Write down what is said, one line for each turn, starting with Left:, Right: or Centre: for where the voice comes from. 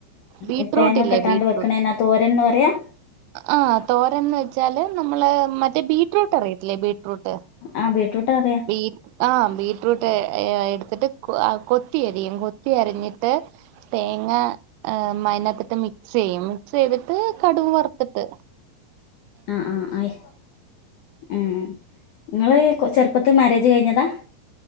Right: ബീറ്റ്റൂട്ട്
Left: ഏ തേങ്ങ
Right: ഇല്ലേ
Left: കെ ഇട്ടാണ്ട്
Right: ബീറ്റ്റൂട്ട്
Left: വെക്കണീനാ തോരന്ന് പറയാ
Right: ആ തോരന്ന് വെച്ചാല് നമ്മള് മറ്റേ ബീറ്റ്റൂട്ട് അറിയത്തില്ലേ ബീറ്റ്റൂട്ട്
Left: ആ ബീറ്റ്റൂട്ട് അറിയാം
Right: ബീ ആഹ് ബീട്ട്റൂട്ട് എടുത്തിട്ട് കൊത്തി അരിയും കൊത്തി അരിഞ്ഞിട്ട് തേങ്ങ മതിനകത്തിട്ട് മിക്സ് ചെയ്യും മിക്സ് ചെയ്തിട്ട് കടുക് വറത്തിട്ട്
Left: ആ ആ ആയി ഉം നിങ്ങള് ചെറുപ്പത്ത് മാരേജ് കഴിഞ്ഞതാ